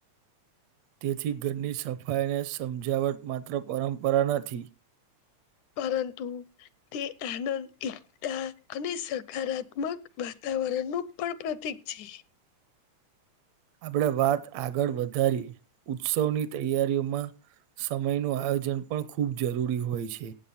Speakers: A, on the right (about 70°); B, on the left (about 85°).
A: તેથી ઘરની સફાઈ ને સમજાવટ માત્ર પરંપરા નથી.
B: પરંતંતુ તે એનંદ એક અને સકારાત્મક વાતાવરણ નું પણ પ્રતીિક છે
A: આપણેે વાત આગળ વધારી ઉત્સવની તૈયારીઓમાં સમય ન આયોજન પણ ખૂબ જરૂરી હોય છે